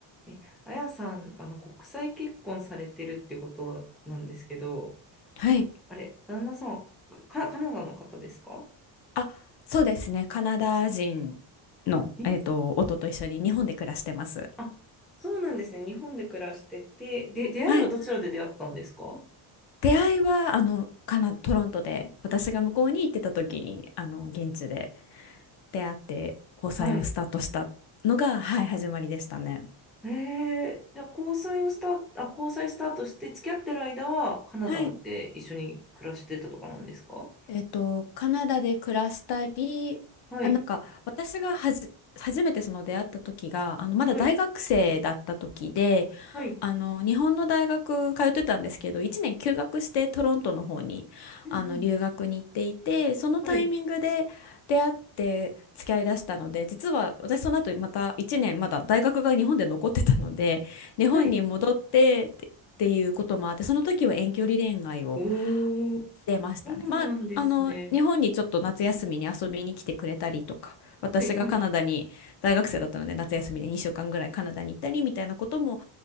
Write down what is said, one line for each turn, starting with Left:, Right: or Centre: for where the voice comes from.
Centre: え、あやさん、あの、国際結婚されてるってことなんですけど、
Left: はい。
Centre: あれ、旦那さんはカ、カナダの方ですか
Left: あ、そうですね。カナダ人の、
Centre: え、
Left: えっと、夫と一緒に日本で暮らしてます。
Centre: あ、そうなんですね。日本で暮らしてて、で、出会いはどちらで出会ったんですか
Left: はい。出会いは、あの、カナ、トロントで、私が向こうに行ってた時に、あの、現地で出会って交際をスタートしたのが、
Centre: はい。
Left: はい、始まりでしたね。
Centre: えー、じゃあ交際をスタート、あ、交際スタートして付き合ってる間はカナダで一緒に暮らしてたとかなんですか
Left: はいえっと、カナダで暮らしたり、
Centre: はい、
Left: あ、なんか私がはじ、初めてその出会った時が、あのまだ大学生だった時で、
Centre: はい、はい、
Left: あの日本の大学通ってたんですけど、1年休学してトロントの方にあの留学に行っていて、
Centre: うんうん、
Left: そのタイミングで出会って付き合いだしたので、
Centre: はい、
Left: 実は私その後また1年まだ大学が日本で残ってたので、日本に戻ってってっていうこともあって、
Centre: はい。
Left: その時は遠距離恋愛を。
Centre: おー、
Left: 出ましたね。
Centre: そうなんですね。
Left: まあ、あの、日本にちょっと夏休みに遊びに来てくれたりとか、私がカナダに大学生だったので、
Centre: はい、はい、
Left: 夏休みで2週間ぐらいカナダに行ったりみたいなことも